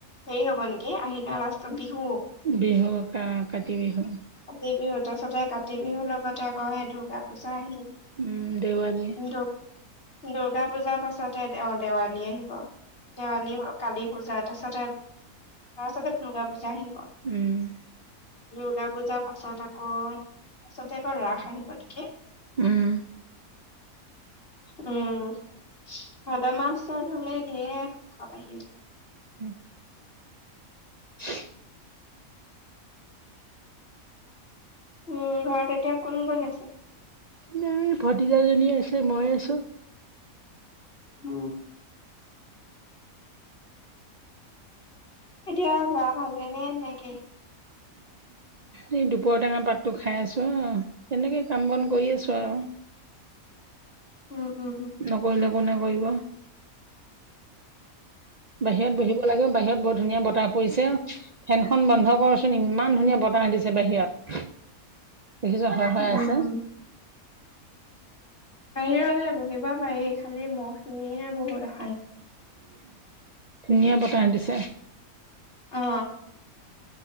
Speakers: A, on the left (about 40°); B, on the right (about 90°).
A: সেই হব নেকি? আহিনৰ লাষ্টত বিহু।
B: বিহু কা কাতি বিহু।
A: কাতি বিহু তাৰ পিছতে কাতি বিহুৰ লগতে আকৌ সেই দূৰ্গা পূজা আহিল।
B: উম দেৱালী
A: দু দুৰ্গা পূজাৰ পাছতে অ দেৱালী আহিব। দেৱালীৰ কালী পূজা তাৰছতে তাৰপাছতে দুৰ্গা পূজা আহিব।
B: উম,
A: দুৰ্গা পূজাৰ পাছত আকৌ পাছতে আকৌ ৰাস আহিব নেকি?
B: উম
A: উম, ভাদ মাছত হলে ঢেৰ খাব আহি -
B: উম <unintelligible>
A: উম ঘৰত এতিয়া কোন কোন আছে।
B: উম ভতিজা এজনী আছে মই আছো।
A: উম এতিয়া গা ভালে নেকি?
B: উম দুপৰটেঙা পাতটো খাই আছোঁ অ তেনেকৈ কাম বন কৰি আছোঁ আৰু
A: উম উম উম।
B: নকৰিলে কোনে কৰিব। বাহিৰত বহিব লাগে বাহিৰত বৰ ধুনীয়া বতাহ পৰিছে। ফেনখন বন্ধ কৰচোন ইমান ধুনীয়া বতাহ দিছে বাহিৰত দেখিছ। হৈ হৈ
A: উম,
B: আছে
A: বাহিৰতে বহিব পাৰি খালি মহ খিনিয়ে নে বহুত আ
B: ধুনীয়া বতাহ দিছে।
A: অ